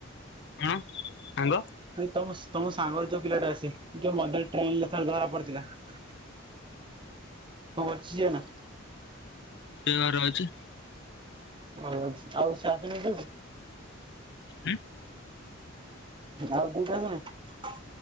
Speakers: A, on the left; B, on the right.
A: ଆଁ ସାଙ୍ଗ
B: ଭାଇ ତମସ ତମସ ସାଙ୍ଗରେ ଯୋଉ ପିଲା ଟା ଅସେ ଯୋଉ ମନ୍ଦିର ଟ୍ରେନ୍ ରେ ଧରା ପଡିଥିଲା। କଣ କରୁଛି ସିଏ ଏଇନା
A: ସେ ଘରେ ଅଛି।
B: ହ ଆଉ ସେ ଆସିନି ଆଜି?
A: ହୁଁ।
B: ଆଉ ଦୁଇଟା ନାହିଁ।